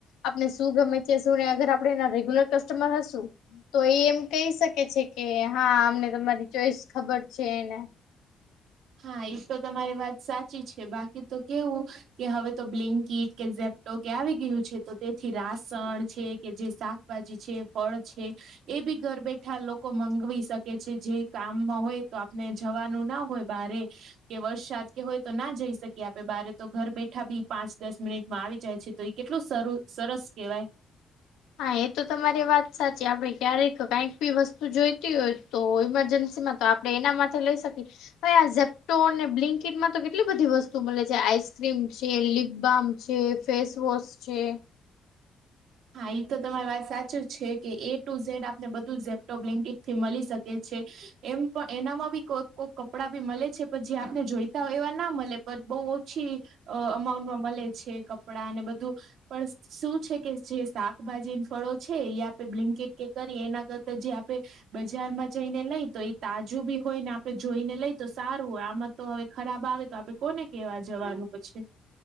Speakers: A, on the left (about 85°); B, on the right (about 75°).
A: આપણે શુ ગમે છે, શુ ને અગર આપડણે એના રેગ્યુલર કસ્ટમર હશુ તો એ એમ કહી શકે છેકે, હા અમને તમારી ચોઈસ ખબર છે એને
B: હા એ તો તમારી વાત સાચી છે બાકી તો કેવુ કે હવે તો બ્લિન્કીિટ કે ઝેપ્ટો કે આવી ગયુ છે, તો તેથી રાસણ છેકે, જે શાક બાજી છે ફળ છે. એ બી ઘર બેઠા લોકો મગાવ શકે છેજે, કામમા હોય તો આપને જવાનું ના હોય. બારે કે વરસાદ સાજ કે હોય તો ના જઈ શકીએ. આપણે બારે તો ઘર બેઠા બી પાંચ દસ મિનિટમાં આવી જાય છે. તો કેટલું સર સરસ કેવાય?
A: હા, એ તો તમારી વાત સાચી. આપણે ક્યારેક કઈક બી વસ્તુ જોઈતી હોય. તો ઈમરજન્સીમાં તો આપણે એના માટે લઈ શકીએ. હવે, આ ઝપ્ટોનને બ્લિન્કીટમાં તો કેટલી બધી વસ્તુ મળે છે. આઈસક્રીમ છે, લિપબામ છે, ફેસ વોશ છે.
B: હા, એ તો તમારી વાત સાચી છે કે, એ ટુ ઝેડ આપને બધું લેપટોપ લિન્કેટથી મળી શકે છે. એમ પણ એનામાં બી કોઈ કોઈ કપડાં બી મળે છે, પણ જે આપને જોઈતા હોય એવા ના મળે, પણ બહુ ઓછી અ અમાઉન્ટમાં મળે છે, કપડાં અને બધું પણ શું છે? કે જે શાકભાજી-ફળો છે, એ આપે બ્લન્કેટ કે કરીએ, એના કરતા જે આપે. બજાર માં જઈને લઈ તો, એ તાજું બી હોય ને, આપડે જોઈને લઈ તો સારું હોય આમાં. તો હવે ખરાબ આવે તો, આપે કોને કેવા જવાનું પછી.